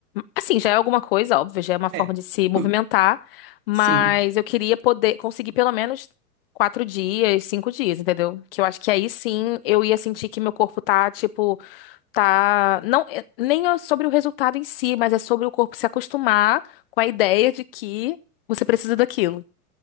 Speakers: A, on the left; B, on the right.
A: Assim, já é alguma coisa, óbvio, já é uma
B: é.
A: forma de se movimentar,
B: Hum.
A: mas
B: Sim,
A: eu queria poder conseguir pelo menos quatro dias, cinco dias, entendeu? Que eu acho que aí sim eu ia sentir que meu corpo tá, tipo tá, não, é- nem é sobre o resultado em si, mas é sobre o corpo se acostumar com a ideia de que você precisa daquilo.